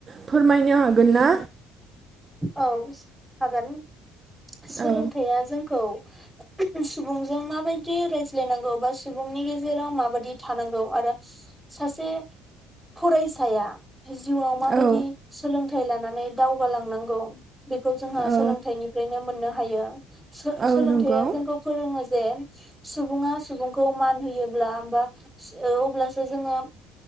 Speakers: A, on the right; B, in the centre.
A: फोरमायनो हागोन ना
B: औ ज हागोन सोलोंथाइया
A: औ
B: जोंखौ <unintelligible> सुबुंजों माबायदि रायज्लायनांगौ बा सुबुंनि गेजेराव माबादि थानांगौ आरो सासे फरायसाया जिउआव माबायदि
A: औ
B: सोलों थाइ लानानै दावगालांनां गौ बेखौ जोंहा
A: औ
B: सोलोंथाइनिफ्रायनो मोननो हायो सो-सोलोंथाइया
A: औ नंगौ
B: जोंखौ फोरोङो जे सुबुङा सुबुंखौ मान होयोब्ला बा स अब्लासो जोङो